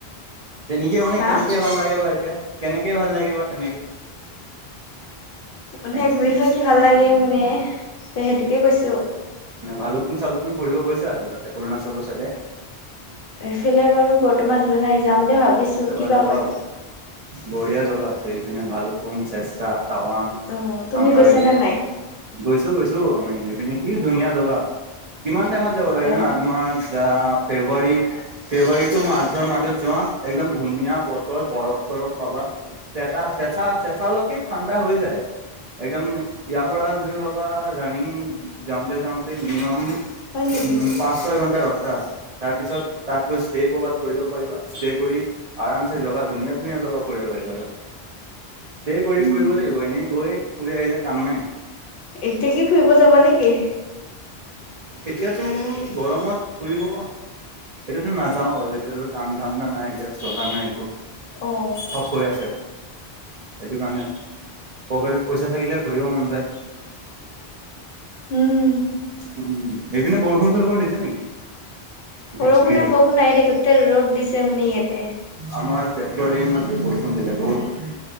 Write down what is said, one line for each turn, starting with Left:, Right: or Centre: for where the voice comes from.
Right: তেনেকে মানে
Left: হা
Right: কেনেকে ভাল লাগে বা এতিয়া কেনেকে ভাল লাগে বা তেনেকে
Left: মানে
Right: থেংকছ
Left: ঘুৰি
Right: থেংকছ।
Left: ফাকি ভাল লাগে মানে তে সেইটোকে কৈছো
Right: ভালুকপুং চালুকপুং ফুৰিব গৈছা কিবাকে অৰুণাচলৰ ছাইদে?
Left: এইফালে বাৰু বৰ্তমান যোৱা নাই যাম বুলি ভাবিছোঁ
Right: যাবা
Left: কিবা
Right: যাবা
Left: হয়
Right: বঢ়িয়া জাগা আছে এইপিনে ভালুপুং চেচ-চাৰ তাৱাং
Left: অ তুমি
Right: বাংলাৰেলি
Left: গৈছা নে নাই
Right: গৈছো গৈছো আমি এনে কি ধুনীয়া জগা। কিমান টাইমত যাব লাগে
Left: এ
Right: জানা? তোমাৰ আ ফেব্ৰুৱাৰী ফেব্ৰুৱাৰী তু মাৰ্চৰ মাজত যোৱা একদম ধুনীয়া বতৰ বৰফ-চৰফ পাবা। চেঁচা চেঁচা চেঁচালৈকে ঠাণ্ডা হৈ যায়। একদম ইয়াৰ পৰা যদি ভাবা ৰাণিং যাওঁতে যাওঁতে মিনিমাম
Left: হয় নেকি
Right: <unintelligible> পাঁচ, ছয় ঘন্টা ৰাস্তা আছে। তাৰ পিছত তাত গৈ ষ্টে কবাত কৰিব পাৰিবা। ষ্টে কৰি আৰামছে জগা ধুনীয়া ধুনীয়া জগা কৰিব পাৰিবা। ষ্টে কৰি
Left: উম
Right: ফুৰিব লাগিব। এনেই গৈ ফুৰি আহিলে কাম নাই।
Left: এতিয়া কি ফুৰিব যাবা নে কি?
Right: এতিয়াতো গৰমত ফুৰিব এতিয়াতো নাযাও বাৰু এতিয়াতো কাম ধান্দা নাই, এতিয়া চলা নাই একো।
Left: অ
Right: চব গৈ আছে। সেইটো কাৰণে পকেটত পইচা থাকিলে ফুৰিব মন যায়।
Left: উম।
Right: উ এইপিনে বৰষুণ চৰষুণ দিছে নেকি? বিজুলী
Left: বৰষুণে
Right: বাই
Left: বৰষুণ আহি এ গোটই ৰ'দ দিছে মানে ইয়াতে।
Right: আমাৰ তেজপুৰত এইমাত্ৰ বৰষুণ দিলে বহুত।